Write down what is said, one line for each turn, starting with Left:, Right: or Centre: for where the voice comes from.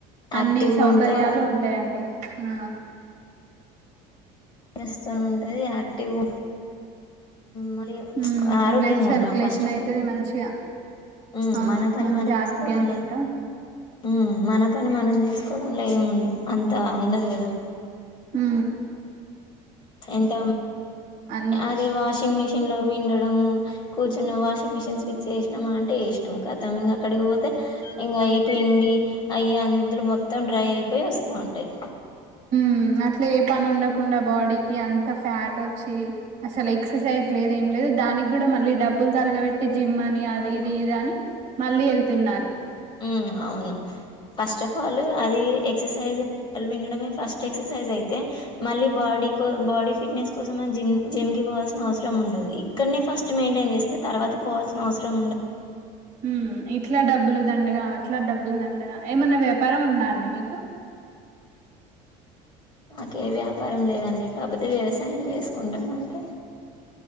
Right: అన్నిీ
Left: యాక్టివ్గా
Right: సౌకర్యాలు
Left: ఉంటాము
Right: ఉంటాయండి ఆ
Left: స్తూ ఉంటది యాక్టివ్ మళ్రిీ
Right: మ్మ్
Left: ఆరోగ్యంగా
Right: బ్లడ్ సర్క్యులేషన్
Left: ఉంటాం ఫస్ట్ ఆఫ్
Right: అయితది
Left: ఆల్
Right: మంచిగా
Left: హు
Right: అవును
Left: మన పని
Right: మంచి
Left: మనం తీేసుకోవడంలో
Right: ఆరోగ్యంగా ఉంటాం
Left: హు మన పని మనం చేసుకోవడంలా ఏం అంత ఉండదు కదా
Right: హు
Left: ఎంత
Right: అన్ని
Left: అది వాషింగ్ మిషిన్ లో పిండ డము కూర్చొని వాషింగ్ మిషన్ స్విచ్ వేశినము అంటే వేసినము కతం ఇంకా అక్కడికి పోతే ఇంకా ఏ పిండి అయ అందరు మొత్తం డ్రై అయిపోయి వస్తూ ఉంటాయి
Right: ఉ అట్లా ఏ పని ఉండకుండా బాడీకి అంత ఫ్యాట్ వచ్చి అసలు ఎక్సర్సైజ్ లేద ఏం లేదు దానికి కూడా మళ్ళీ డబ్బులు తలగబెట్టి జిమ్ అని అది ఇది ఇది అని మళ్ళీ వెళ్తున్నారు
Left: ఉ అవును ఫస్ట్ ఆఫ్ ఆల్ అది ఎక్సర్సైజ్ విండడమే ఫస్ట్ ఎక్సర్సైజ్ అయితే మళ్ళీ బాడీ కో బాడీ ఫిట్నెస్ కోసం జిమ్ జిమ్కి పోవాల్సిన అవసరం ఉండదు ఇక్కడనే ఫస్ట్ మెయింటైన్ చేస్తే తర్వాత పోవాల్సిన అవసరం ఉండదు
Right: ఉ ఇట్లా డబ్బులు దండగ అట్లా డబ్బులు దండగ ఏమన్నా వ్యాపారం ఉందా అండి మీకు
Left: మాకే వ్యాపారం లేదండి ఇకపోతే వ్యవసాయం చేసుకుంటామ అంటే